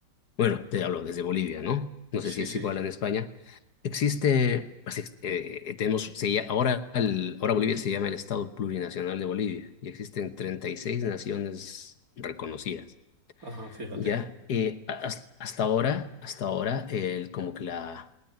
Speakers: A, on the left (about 65°); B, on the right (about 50°).
A: bueno, te hablo desde Bolivia, ¿no? No
B: Sí,
A: sé si es
B: sí,
A: igual en España. Existe, pues, ex- eh, tenemos, se lla- ahora, el- ahora Bolivia se llama el Estado Plurinacional de Bolivia y existen 36 naciones reconocidas.
B: ajá, fíjate.
A: Ya, eh, a- has- hasta ahora, hasta ahora, el, como que la...